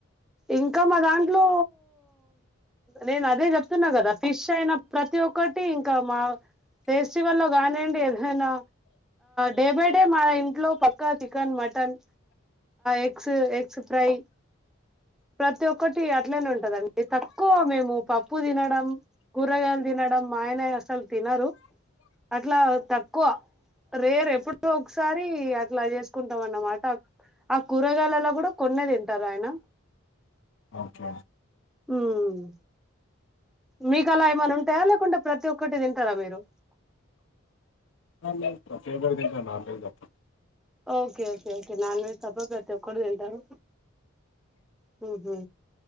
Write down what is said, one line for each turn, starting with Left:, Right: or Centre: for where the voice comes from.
Centre: ఇంకా మా దాంట్లో నేను అదే చెప్తున్నా కదా ఫిష్ అయినా ప్రతి ఒక్కటి ఇంకా మా ఫెస్టివల్లో కానివండి ఏదైనా డే బై డే మా ఇంట్లో పక్కా chicken mutton eggs eggs fry ప్రతి ఒక్కటి అట్లనే ఉంటదండి. ఎత్తుకు కో మేము పప్పు తినడం కూరగాయలు తినడం మాయనే అసలు తినారు అట్లా తక్కువ రేరు ఎపుడో ఒకసారి అట్లా చేసుకుంటాం అన్నమాట ఆ కూరగాయలలో కూడా కొన్న తింటారు ఆయన
Left: ఓకే
Centre: హుమ్ మీ కల మనం తేలేకుండా ప్రతి ఒక్కటి తింటారా మీరు
Left: అ ప్రతి ఒక్కటి తింటా నాన్ వెజ్ తప్ప
Centre: okay okay okay non veg తప్ప ప్రతి ఒక్కటి తింటారు. హు హు